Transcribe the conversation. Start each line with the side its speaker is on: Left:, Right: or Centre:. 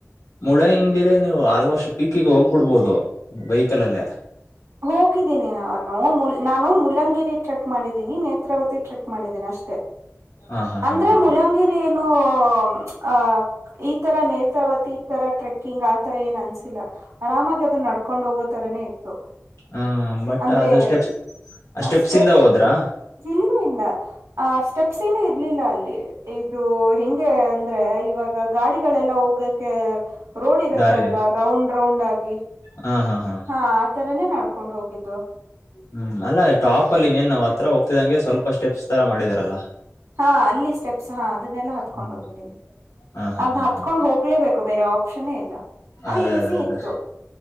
Left: ಮುಳೆ ಹಿಂಗಿರಿ ನೀವು ಆಲ್ಮೋಸ್ಟ್ ಪೀಕಿಗೆ ಹೋಗ್ಬಿಡ್ಬೋದು ಬೈಿಕಲ್ ಅಲ್ಲೇ
Right: ಹೋಗಿದ್ದೀನಿ ನಾನು ನಾನು ಮುಲಂಗಿರಿ ಟ್ರೆಕ್ ಮಾಡಿದ್ದೀಿನನಿ ನೇತ್ರಾವತಿ ಟ್ರೆಕ್ ಮಾಡಿದ್ದೀನಿ ಅಷ್ಟೆ
Left: ಹಾ ಹಾ
Right: ಅಂದ್ರೆ
Left: ಹಾ ಹಾ
Right: ಮುಳಂಗಿರಿ
Left: ಹಾ
Right: ಏನು ಆ ಈ ತರ ನೇತ್ರಾವತಿ ಈ ತರ ಟ್ರಕ್ಕಿಂಗ್ ಆತರ ಏನ್ ಅನ್ಸಿಲ್ಲ ಆರಾಮಾಗಿ ಅದನ್ನ ನಡ್ಕೊಂಡ್ ಹೋಗ ತರನೇ ಇತ್ತು
Left: ಹಾ ಬಟ್
Right: ಅಂದ್ರೆ
Left: ಅದು ಸ್ಟೆಪ್ಸ್ ಸ್ಟೆಪ್ಸ್
Right: ಸ್ಟೆಪ್
Left: ಇಂದ ಹೋದ್ರಾ
Right: ಇಲ್ಲ ಇಲ್ಲ ಸ್ಟೆಪ್ಸ್ ಏನು ಇರ್ಲಿಲ್ಲ ಅಲ್ಲಿ ಇದು ಹೆ ಹಾಗಗೆ ಅಂದ್ರೆ ಇವಾಗ ಗಾಡಿಗಳೆಲ್ಲ ಹೋಗಕ್ಕೆ ರೋಡ್ ಇರುತ್ತೆ
Left: ದಾರಿ
Right: ಅಲ್ವಾ ರೌಂಡ್ ರೌಂಡ್ ಆಗಿ
Left: ಹಾ ಹಾ
Right: ಹಾ ಆ ತರನೇ ನಡ್ಕೊಂಡ್ ಹೋಗಿದ್ದು
Left: ಹ್ಮ್ ಅಲ್ಲ ಟಾಪ ಅಲ್ಲಿ ಇನ್ನೇನ್ ನಾವ್ ಹತ್ರ ಹೋಗ್ತಿದಂಗೆ ಸ್ವಲ್ಪ ಸ್ಟೆಪ್ಸ್ ತರಾ ಮಾಡಿದಾರಲ್ಲಾ
Right: ಹಾ ಅಲ್ಲಿ ಸ್ಟೆಪ್ಸ್ ಹಾ ಅದನ್ನೆಲ್ಲಾ ಹತ್ಕೊಂಡ್
Left: ಹ್ಮ್
Right: ಹೋಗಿದ್ದೀವಿ
Left: ಹಾ ಹಾ
Right: ಅದನ್ನ
Left: ಹಾ
Right: ಹತ್ಕೊಂಡ್
Left: ಹಾ
Right: ಹೋಗ್ಲೇಬೇಕು ಬೇರೆ ಆಪ್ಷನ್ ಇಲ್ಲ ಅದು
Left: ಅದೇ
Right: ಈಸಿ
Left: ಅದೇ ಅದೇ
Right: ಇತ್ತು